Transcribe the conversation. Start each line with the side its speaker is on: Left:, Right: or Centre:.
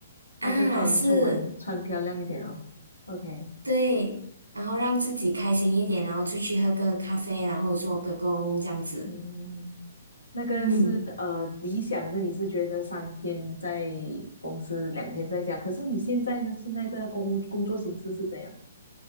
Left: 化个妆出门，
Right: 啊是，
Left: 穿漂亮一点哦。OK，
Right: 对，然后让自己开心一点，然后出去喝个咖啡，然后做个工这样子。
Left: 嗯。那个是呃理想的，
Right: 嗯，
Left: 你是觉得三天在公司，两天在家。可是你现在呢？现在的工工作形式是怎样？